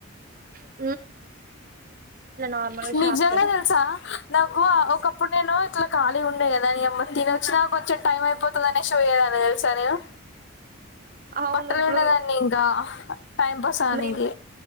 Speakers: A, on the right; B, on the left.
A: స నార్మల్గా షాప్
B: నిజంగా
A: కి
B: తెలుసా నాకు ఒకప్పుడు నేను ఇట్లా ఖాళీ వుండే కదా నీ అమ్మ తిన వచ్చినా వచ్చిన టైం అయిపోతదని చోయదన్ని తెలుసా నేను
A: అవును
B: బట్టల
A: ఇప్పుడు
B: పిండేదాన్ని ఇంకా టైం పాస్ ఆవానికి
A: మేము